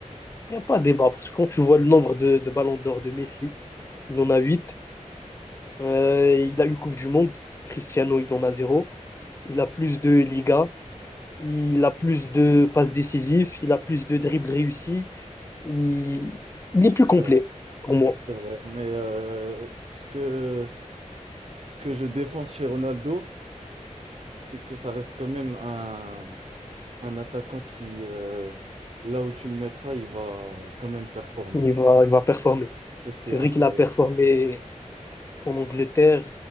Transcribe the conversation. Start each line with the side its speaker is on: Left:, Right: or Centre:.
Left: Il n'y a pas de débat parce que quand tu vois le nombre de, de ballons d'or de Messi, il en a 8. il a une Coupe du Monde. Cristiano, il en a zéro. Il a plus de Liga. Il a plus de passes décisives. Il a plus de dribbles réussis. Il, il est plus complet
Right: C'est vrai,
Left: pour moi.
Right: c'est vrai. Mais euh, ce que, ce que je défends chez Ronaldo, c'est que ça reste quand même un, un attaquant qui, euh, là où tu le mettras, il va quand même performer.
Left: Il va, il va performer.
Right: C'est ce qui
Left: C'est
Right: est incroyable.
Left: vrai qu'il a performé en Angleterre,